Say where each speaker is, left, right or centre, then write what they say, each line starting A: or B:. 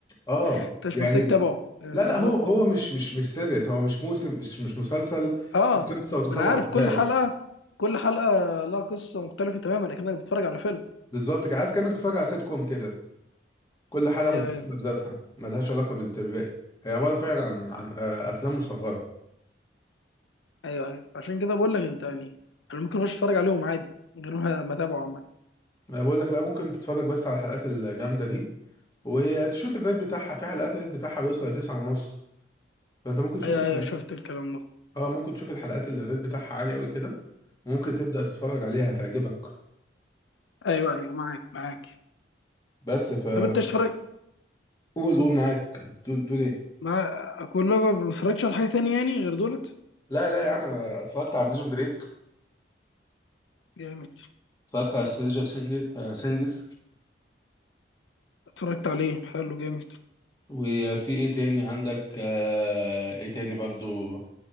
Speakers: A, on the left; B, on the left.
A: آه
B: انت مش
A: يعني
B: محتاج تتابعه آه،
A: لا لا
B: بالظبط
A: هو هو مش مش مش سيريس هو مش موسم مش مش مسلسل
B: اه
A: دي قصه وتتابع
B: ما انا عارف
A: احداث
B: كل حلقه كل حلقه لها قصه مختلفه تماما اكنك بتتفرج على فيلم
A: بالظبط كده عايز كانك بتتفرج على سيت كوم كده كل حلقه
B: ايوه
A: منفصله
B: ايوه
A: بذاتها ملهاش علاقه بالباقي هي عباره فعلا عن عن آه، افلام مصغره
B: ايوه ايوه عشان كده بقول لك انت يعني انا ممكن اخش اتفرج عليهم عادي من غير ما <laughs> ما اتابعه عامه
A: أنا بقول لك لا ممكن تتفرج بس على الحلقات الجامده دي وتشوف الريت بتاعها في حلقات الريت بتاعها بيوصل لتسعة ونص فانت ممكن تشوف
B: ايوه
A: الحلقات
B: ايوه شفت الكلام ده
A: اه ممكن تشوف الحلقات اللي الريت بتاعها عالي قوي كده وممكن تبدا تتفرج عليها هتعجبك
B: ايوه ايوه معاك معاك
A: بس فقول
B: طب انت اشترك
A: قول قول معاك تقول تقول إيه؟
B: مع اكون لو ما بتفرجش على حاجه تانية يعني غير دولت
A: لا لا يا عم انا اتفرجت على بريزون بريك
B: جامد
A: اتفرجت على سترينجر سينجز
B: اتفرجت عليه حلو جامد
A: وفي ايه تاني عندك آه، ايه تاني برضو